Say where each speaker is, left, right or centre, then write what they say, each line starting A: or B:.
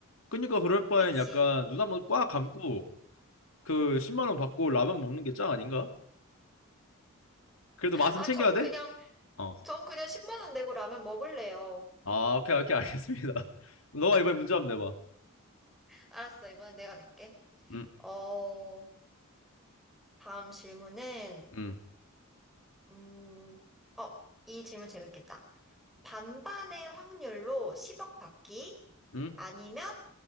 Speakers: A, on the left; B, in the centre.
A: 그러니까 그럴 바엔
B: 그치.
A: 약간 눈 한번 꽉 감고 그 10만 원 받고 라면 먹는 게 짱 아닌가? 그래도 맛은
B: 아,
A: 챙겨야
B: 전
A: 돼?
B: 그냥
A: 어.
B: 전 그냥 10만 원 내고 라면 먹을래요.
A: 아, 오케이, 오케이, 알겠습니다. <laughs> 그럼 너가 이번에 문제 한번 내봐.
B: 알았어. 이번엔 내가 낼게.
A: 응?
B: 어, 다음 질문은
A: 응?
B: 음, 어, 이 질문 재밌겠다. 반반의 확률로 10억 받기
A: 응?
B: 아니면